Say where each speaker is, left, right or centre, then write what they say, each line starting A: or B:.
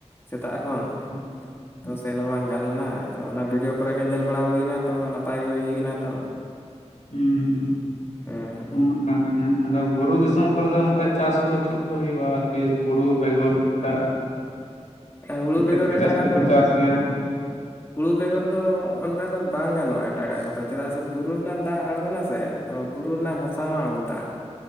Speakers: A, on the left; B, on the left.
A: ᱥᱮᱛᱟᱜ ᱮᱠᱷᱚᱱ
B: <inaudible>
A: ᱛᱚ ᱥᱮᱱ ᱦᱚᱸ ᱵᱟᱝ ᱜᱟᱱ ᱞᱮᱱᱟ ᱛᱚ ᱚᱱᱟ ᱵᱷᱤᱰᱤᱭᱳ ᱠᱚᱨᱮᱜᱮ ᱧᱮᱞ ᱵᱟᱲᱟ ᱦᱩᱭᱱᱟ ᱛᱚ ᱱᱟᱯᱟᱭ ᱜᱮ ᱦᱩᱭᱱᱟ ᱛᱚ
B: ᱦᱩᱸ
A: ᱦᱮᱸ
B: ᱦᱩᱸ ᱠᱟᱱᱜᱮ ᱦᱟᱸᱜ ᱟᱫᱚ ᱵᱩᱨᱩ ᱫᱤᱥᱚᱢ ᱠᱚᱨᱮ ᱫᱚ ᱚᱱᱠᱟ ᱪᱟᱥ ᱠᱚᱫᱚ ᱪᱮᱞ ᱠᱚ ᱦᱩᱭᱩᱜᱼᱟ ᱟᱨᱠᱤ ᱦᱩᱲᱩ ᱵᱮᱜᱚᱨ ᱮᱴᱟᱜ
A: ᱦᱩᱲᱩ
B: ᱪᱮᱫ
A: ᱵᱮᱜᱚᱨ
B: ᱠᱚ
A: ᱮᱴᱟᱜᱟᱜ
B: ᱡᱟᱹᱥᱛᱤ ᱠᱚ
A: ᱫᱚ
B: ᱪᱟᱥ ᱜᱮᱭᱟ?
A: ᱦᱩᱲᱩ ᱵᱮᱜᱚᱨ ᱫᱚ ᱚᱱᱠᱟ ᱫᱚ ᱵᱟᱝ ᱜᱟᱱᱚᱜᱼᱟ ᱮᱴᱟᱜᱟᱜ ᱠᱚᱫᱚ ᱪᱮᱫᱟᱜ ᱥᱮ ᱵᱩᱨᱩ ᱨᱮᱱᱟᱝ ᱫᱟᱜ ᱟᱬᱜᱚᱱᱟ ᱥᱮ ᱛᱚ ᱵᱩᱨᱩ ᱨᱮᱱᱟᱜ ᱦᱟᱥᱟ ᱦᱚᱸ ᱟᱬᱜᱚᱱ ᱛᱟᱜ